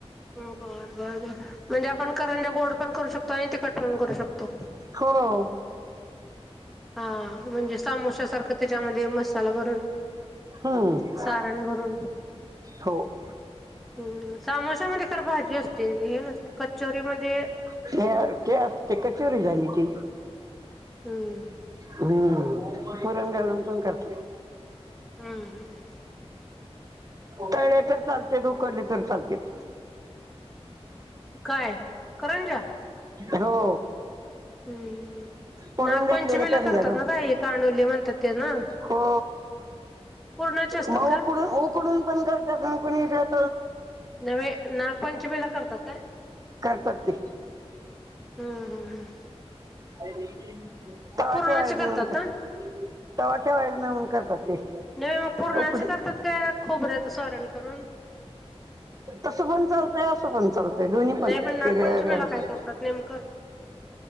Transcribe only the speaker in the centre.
बर बर बर. म्हणजे आपण करंजा गोड पण करू शकतो. आणि तिखट पण करू शकतो.
हा म्हणजे समोसा सारखं त्याच्यामध्ये मसाला भरून.
सारण भरून.
हम्म सामोशामध्ये तर भाजी असते. हे नसते कचोरी मध्ये
हम्म
हम्म
काय करंजा
हम्म हम्म
नागपंचमीला
करतात ना ग हे कानोले म्हणतात ते ना.
पूर्णाचे असतात
का?
नव्हे. नागपंचमीला करतात का?
हम्म हम्म हम्म
पूर्णाचे
करतात
ना?
नाही मग पूर्णाचे करतात का खोबऱ्याचं सोरण करून?
नाही
नागपंचमीला
काय करतात नेमकं?